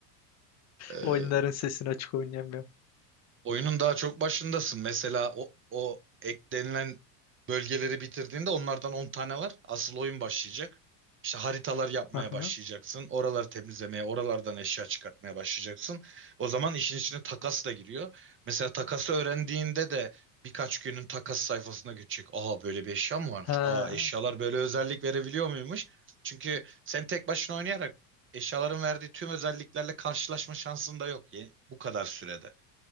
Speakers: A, on the right; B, on the left.
A: E,
B: Oyunların sesini açık oynayamıyorum.
A: Oyunun daha çok başındasın. Mesela o, o eklenilen bölgeleri bitirdiğinde onlardan 10 tane var. Asıl oyun başlayacak. İşte haritalar yapmaya
B: Aha.
A: başlayacaksın. Oraları temizlemeye, oralardan eşya çıkartmaya başlayacaksın. O zaman işin içine takas da giriyor. Mesela takası öğrendiğinde de birkaç günün takas sayfasına geçecek. Aa böyle bir eşya mı varmış?
B: Ha.
A: Aa eşyalar böyle özellik verebiliyor muymuş? Çünkü sen tek başına oynayarak eşyaların verdiği tüm özelliklerle karşılaşma şansın da yok ye- bu kadar sürede.